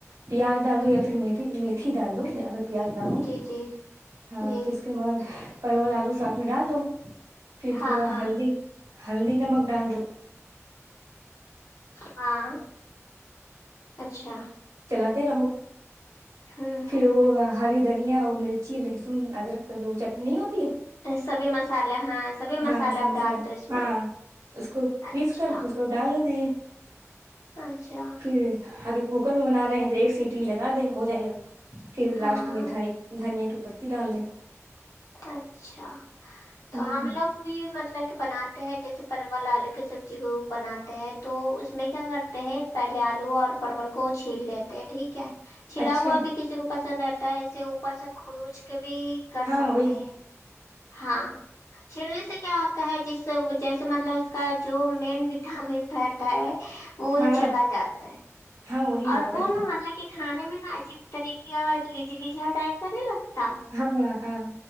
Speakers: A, on the right; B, on the left.
A: پیاز ڈال دو یا پھر مھی میتھی ڈال دو اگر پیاز نہ ہ
B: جی جی
A: ہاں
B: جی
A: تو اس کے بعد پرول آلو ساتھ میں ڈال دو پھر
B: ہاں
A: تھوڑا
B: ہاں
A: ہلدی ہلدی نمک ڈال دو
B: ہاں اچھا
A: چلاتے رہو
B: ہوں
A: پھر
B: ہوں
A: وہ ہری دھیا اور مرچی لہسن ادرک کا جو چٹنی ہوتی ہے
B: سبھی مسالے ہاں سبھی
A: ہاں
B: مسالے
A: سموسا
B: آپ ڈال دو اس
A: ہاں
B: میں
A: اس کو
B: اچھا
A: پیس کر اس کو ڈال دیتے ہیں
B: اچھا
A: پھر ہد کوکر میں بنا رہ ہیں تو ایک سیٹی لگا دیں ہو جائے گا پھر لاسٹ
B: ہاں
A: میں دنی دھنیا کے پتی ڈال د
B: اچھا تو
A: ہوں
B: ہم لوگ بھی مب مل کہ بناتے ہیں جیسے پرول آلو کی سبزی کو بناتے ہیں تو اس میں کیا کرتے ہیں پہلے آلو اور پرول کو چھیل لیتے ہیں ٹھیک ہے چھلا
A: اچھا
B: ہوا بھی کسی کو پس رہتا ہے اسے اوپر سے کروچ کے بھی کر
A: ہاں
B: سکتے
A: وہی
B: ہاں چھیلنے سے کیا ہوتا ہے جس جیسے مطلب کا جو مین وٹامن رہتا ہے وہ
A: ہاں
B: چلا جاتا ہے
A: ہاں وہی بات
B: اور وہ
A: ہے
B: نا مطلب کہ کھانے میں نا عجیب طریقے کا لیج لیجا ٹائپ کا نہیں لگتا
A: ہاں ہاں